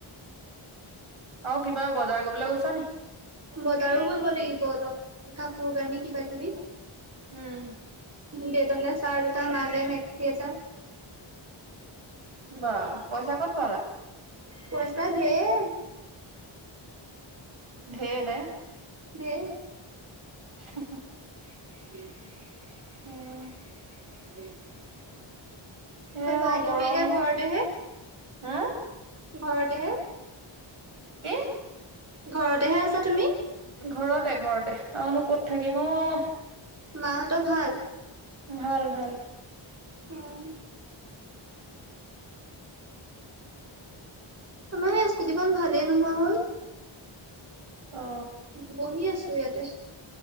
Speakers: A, on the right; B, on the right.
A: অ কিবা বজাৰ কৰিবলৈ গৈছ নি?
B: বজাৰো কৰিব লাগিব অলপ কাপোৰ কানি কিবা কিবি
A: উম।
B: দেতালে চাৰ্ট এটা, মা লৈ মেকচি এটা।
A: বা পইচা ক'ত পালা?
B: পইচা ধেৰ।
A: ধেৰ নে।
B: ধেৰ।
A: <inaudible>
B: <unintelligible>
A: উম।
B: <unintelligible>
A: এ,
B: তাৰপা
A: অ',
B: তুমি
A: গৰম
B: এতিয়া ঘৰতেহে
A: হা?
B: ঘৰতেহে।
A: কি?
B: ঘৰতেহে আছা তুমি?
A: ঘৰতে, ঘৰতে আৰুনো ক'ত থাকিম অ'।
B: মাহঁতৰ ভাল?
A: ভাল, ভাল।
B: উম, আমাৰ সেই স্কুটিখন ভালেই নোহোৱা হ'ল।
A: অ
B: বহি আছো ইয়াতে।